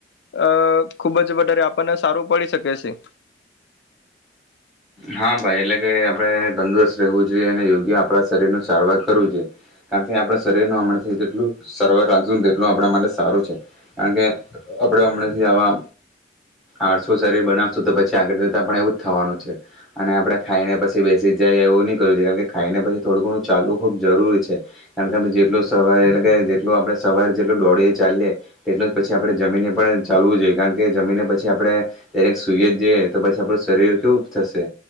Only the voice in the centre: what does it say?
હા ભાઈ એટલે કે આપણે તંદુરસ્ત રહેવું જોઈએ અને યોગ્ય આપણા શરીર ન સારવાર કરવું જોઈએ કારણ કે આપણા શરીરનું હમણાંથી જેટલું સારવાર રાખશું ને તેટલું આપણા માટે સારું છે કારણ કે આપણે હમણાં આવા આરસું શરીર બનાવશું તો પછી આગળ જતા આપ એવું જ થવાનું છે અને આપડે ખાઈને પછી બેસી જાય એવું નહી કરવ જોઈએ કારણ ખાઈને પછી થોડું ઘણું ચાલવું ખુબ જરૂરી છે કારણ કે જેટલું સવારે એટલે કે જેટલું આપડણે સવારે જેટલું દોડીએ ચાલીએ તેટલું જ પછી આપણે જમીનને પણ ચાલવું જોઈએ કારણ કે જમીને પછી આપડે દરેક સુઈએ જ જઈએ તો પછી આપડું શરીર કેવું થશે